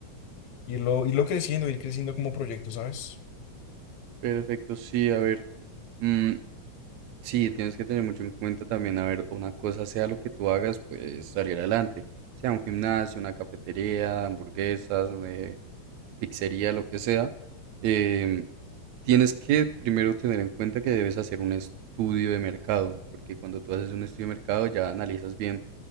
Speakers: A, on the left; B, on the right.
A: irlo, irlo creciendo, ir creciendo como proyecto, ¿sabes?
B: perfecto, sí, a ver. mm, sí, tienes que tener mucho en cuenta también, a ver, una cosa sea lo que tú hagas, pues salir adelante, sea un gimnasio, una cafetería, hamburguesas, eh, pizzería, lo que sea. em, Tienes que primero tener en cuenta que debes hacer un estudio de mercado, porque cuando tú haces un estudio de mercado ya analizas bien